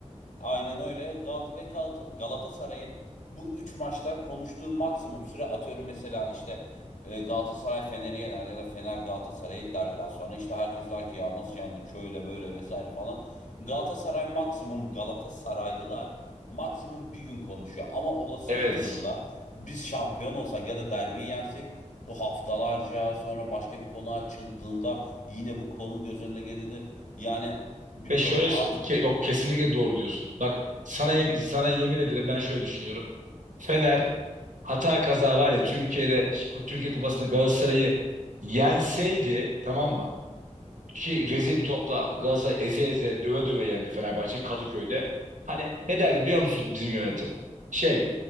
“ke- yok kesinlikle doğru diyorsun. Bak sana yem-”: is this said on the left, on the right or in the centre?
Right